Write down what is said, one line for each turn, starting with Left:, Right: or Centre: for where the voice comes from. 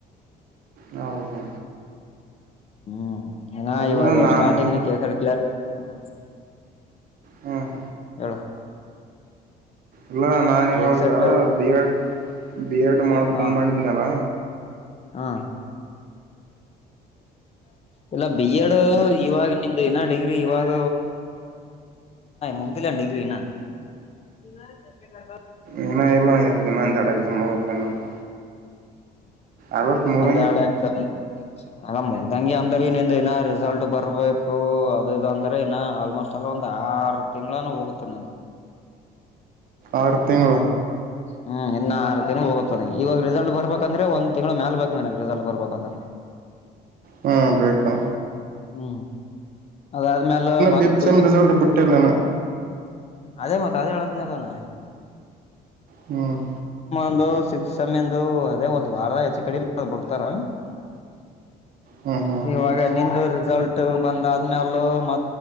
Right: ಹೌದಾ
Left: ಹ್ಮ್ ಏನ
Right: ಎಲ್ಲ
Left: ಇವಾಗ
Right: ನಾನು
Left: ಸ್ಟಾರ್ಟಿಂಗ್ನ ಕಸ ಹ್ಮ <inaudible>
Right: ಹ್ಮ್
Left: <inaudible>
Right: ಇಲ್ಲ ನಾನು
Left: ಕಸಟ್ಟ
Right: ಇವಾಗ ಬಿ ಎಡ್ ಬಿ ಎಡ್ ಮಾಡ್ಬೇಕಂತ
Left: ಹಾ
Right: ಮಾಡಿದ್ನಲ್ಲ
Left: ಹಾ ಇಲ್ಲ ಬಿ ಎಡ್ ಇವಾಗ ನಿಮ್ದು ಇನಡಿ ್ರಿ ಇವಾಗ ಮುಗ್ದಿಲ್ಲ ಡಿಗ್ರಿ ನ ಪುನಃ ನಗಬ
Right: ಎಲ್ಲ ಇಲ್ಲ ಇನ್ನ ಒಂದೆರಡು ಎಕ್ಸಾಮ್ ಓದತಾನಂತ ಆಲ್ಮೋಸ್ಟ್ ಮುಗಂಗೆ
Left: ಅಂದ ಆಡ ಎಸ ಅಲ್ಲ ಮುಗ್ದಂಿ ಅಂದ್ರ ನಿ ಇನ್ನ ರಿಸಲ್ಟ್ ಬರ್ಬೇಕು ಅದುದು ಅಂದ್ರೆ ಇನ್ನ ಆಲ್ಮೋಸ್ಟ್ ಅಷ್ಟಲ್ಲ ಒಂದ ಆರು ತಿಂಗಳಾನ ಹೋಗುತ್ತೇ
Right: ಆರು ತಿಂಗ
Left: ಹ್ಮ್ ಇನ್ನ ಆರು ತಿಂಗಗಳುಳ ಹೋಗುತ್ತಾನ ಇವಾಗ ರಿಸಲ್ಟ್ ಬರ್ಬೇಕಂದ್ರೆ ಒಂದ್ ತಿಂಗಗಳು ಮೇಲ್ ಬಬೇಕಕ್ ನನ್ಗ್ ರಿಸಲ್ಟ್ ಬರ್ಬೇಕಂದ್ರೆ
Right: ಹ್ಮ್ ಬೇಕುಣ
Left: ಹ್ಮ ಅದಾದ್ಮೇಲೆ ಮತ್ತ
Right: ಪಿಪ್ ಸೆಮ್ ರಿಸಲ್ಟ್ ಬಿಟ್ಟಿಲ್ಲಣ್ಣ
Left: ಅದೇ ಮತ್ತ ಅದೇ ಹೇಳ ನಲ್ಲ ನಾ
Right: ಹ್ಮ್
Left: ಂದು ಸಿಕ್ಸ್ ಸಮಯಂದು ಅದೇ ಒಂದ್ ವಾರ ಹೆಚ್ಚು ಕಡೆ ಬಿಡ್ತಾರ
Right: ಹ್ಞೂ ಹ್ಞೂ
Left: ಇವಾಗ ನಿಂದವ್ರ ರಿಸಲ್ಟ್ ಬಂದ ಆದ್ಮೇ ಅಲ್ಲ ಮ